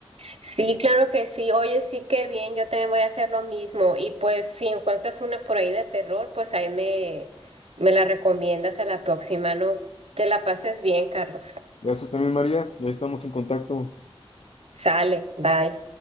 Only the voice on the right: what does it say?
sí, claro que sí. Oye, sí, qué bien, yo también voy a hacer lo mismo. Y pues si encuentras una por ahí de terror, pues ahí me, me la recomiendas a la próxima, ¿no? Que la pases bien, Carlos.
Sale, bye.